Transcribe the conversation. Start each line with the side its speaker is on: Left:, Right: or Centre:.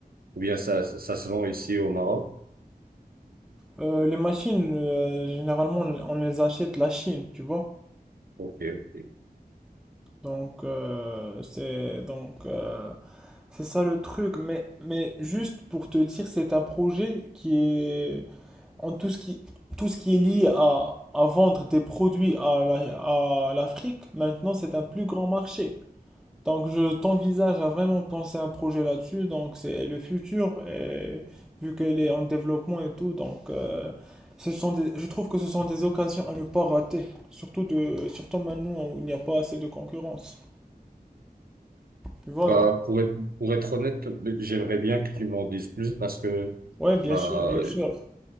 Right: ou bien ça, ça, ça se vend ici au Maroc?
Centre: Euh, les machines, euh, généralement, on on les achète de la Chine, tu vois.
Right: Ok, ok.
Centre: Donc euh, c'est donc euh, c'est ça le truc mais mais juste pour te dire c'est un projet qui est en tout ce qui tout ce qui est lié à à vendre des produits à la- à l'Afrique maintenant c'est un plus grand marché. Donc je t'envisage à vraiment penser un projet là-dessus donc c'est le futur et vu qu'elle est en développement et tout donc euh, ce sont des, je trouve que ce sont des occasions à ne pas rater surtout de surtout maintenant où il n'y a pas assez de concurrence. Tu vois,
Right: Bah,
Centre: non?
Right: pour être, pour être honnête, j'aimerais bien que tu m'en dises plus parce que,
Centre: Ouais, bien
Right: bah,
Centre: sûr, bien sûr.